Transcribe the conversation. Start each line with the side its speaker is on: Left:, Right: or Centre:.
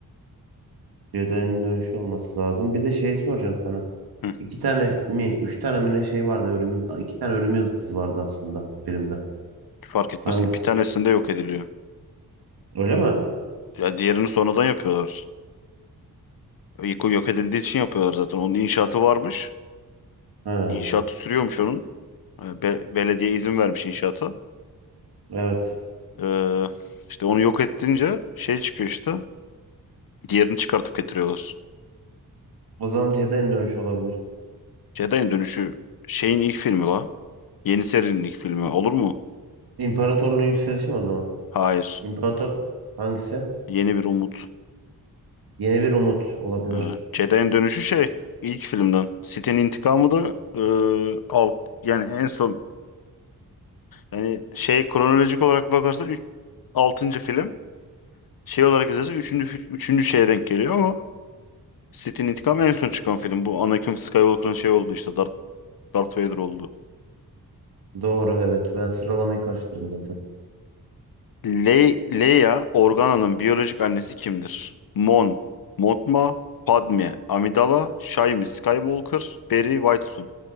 Right: Jedi'nin dönüşü olması lazım. Bir de şey soracağım sana.
Left: Hı,
Right: İki tane mi, üç tane mi ne şey vardı ölümün, iki tane ölüm yıldızı vardı aslında filmde.
Left: fark etmez
Right: Hangisi?
Left: ki bir tanesinde yok ediliyor.
Right: Öyle mi?
Left: Ya diğerini sonradan yapıyorlar. İlk o yok edildiği için yapıyorlar zaten. Onun inşaatı varmış.
Right: Ha.
Left: İnşaatı sürüyormuş onun. E, Be belediye izin vermiş inşaata.
Right: Evet.
Left: Ee, işte onu yok ettince şey çıkıyor işte. Diğerini çıkartıp getiriyorlar.
Right: O zaman Jedi'nin dönüşü olabilir.
Left: Jedi'ın dönüşü şeyin ilk filmi la. Yeni serinin ilk filmi olur mu?
Right: İmparatorluğun yükselişi mi o zaman?
Left: Hayır.
Right: İmparator hangisi?
Left: Yeni bir umut.
Right: Yeni bir umut olabilir.
Left: Ha, Jedi'nin dönüşü şey ilk filmden. Sith'in intikamı da e, alt yani en son yani şey kronolojik olarak bakarsan 3 6. film şey olarak izlersen 3. üçüncü şeye denk geliyor ama Sith'in intikamı en son çıkan film. Bu Anakin Skywalker'ın şey oldu işte Darth, Darth Vader oldu.
Right: Doğru evet. Ben sıralamayı karıştırdım zaten.
Left: Le Leia Organa'nın biyolojik annesi kimdir? Mon, Mothma, Padme, Amidala, Shaimi Skywalker, Beri Whitesun.